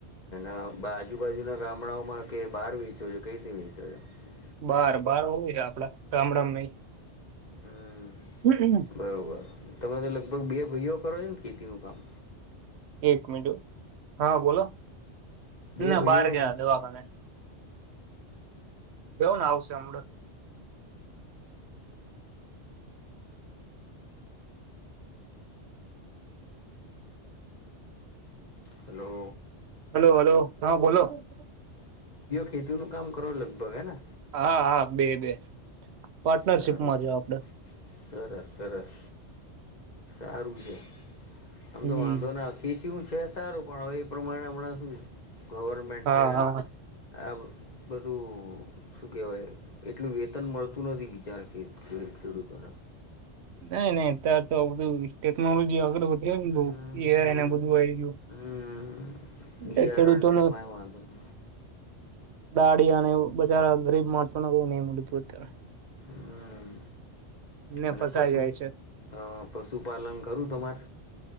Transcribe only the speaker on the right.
બહાર-બહાર હોવું છે આપડા ગામડામાં.
નહી
એક મિનટ, હા, બોલો.
ના
બહાર ગયા દવાખાને. કોણ આવશે હમણે?
હલો, હલો, હા, બોલો.
હા હા બે બે પાર્ટનરશીપમાં
જો આપડે
હમ
હા હા
નય નય તાર તો બધું ટેકનોલોજી આગળ વધ <unintelligible>
એયાર
એને બધું આવી ગયું.
એ ખેડૂતો ને
દાળીયા અને બજાર ગરીબ માણસોને નહીં મળ્યુંતું અત્યારે
ને
ફસાઈ
જાય છે